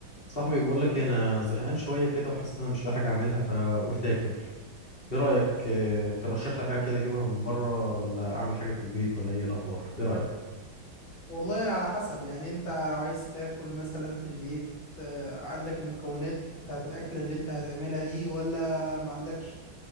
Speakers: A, on the left; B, on the left.
A: صاحبي بقول لك انا زهقان شويه كده وحاسس ان انا مش لاقي حاجه اعملها فقلت اكل ايه رايك آه، ترشح لي حاجه كده اجيبها من بره ولا اعمل حاجه في البيت ولا ايه الاخبار ايه رايك
B: والله على حسب يعني انت لو عايز تاكل مثلا في البيت آه، عندك المكونات بتاعت الأكلة اللي انت هتعملها دي ولا ما عندكش